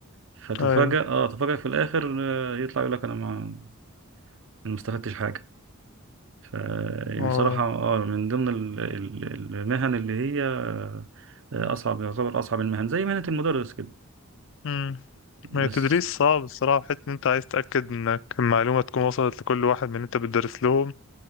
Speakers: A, on the right; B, on the left.
A: فتفاجأ
B: أيوه
A: اه تفاجأ في الاخر آه، يطلع يقول لك انا ما أنا ما استفدتش حاجه فبصراحه
B: أه
A: اه من ضمن ال- ال- المهن اللي هي آه، اصعب يعتبر اصعب المهن زي مهنه المدرس كده
B: مم.
A: بس
B: ما هي التدريس صعب الصراحة حيث إن أنت عايز تتأكد إنك المعلومة تكون وصلت لكل واحد من اللي أنت بتدرس له